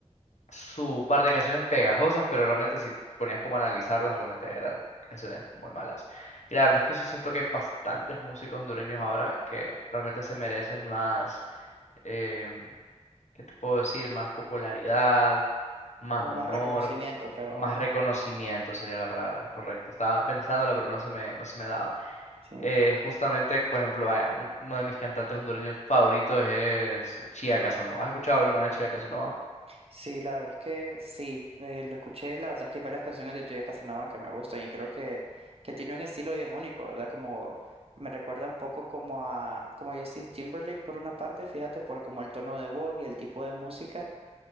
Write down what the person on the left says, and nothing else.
su par de canciones pegajosas, pero realmente si te ponías como a analizarlas, realmente eran canciones muy malas. Y la verdad es que sí siento que hay bastantes músicos hondureños ahora que realmente se merecen más, em, ¿qué te puedo decir? Más popularidad, más
honor,
más
reconocimiento sería la palabra, correcto. Estaba pensándola, pero no se me, no se me daba.
Eh, justamente, por ejemplo, vaya, un- uno de mis cantantes hondureños favoritos es Chía Casanova. ¿Has escuchado alguna vez Chía Casanova?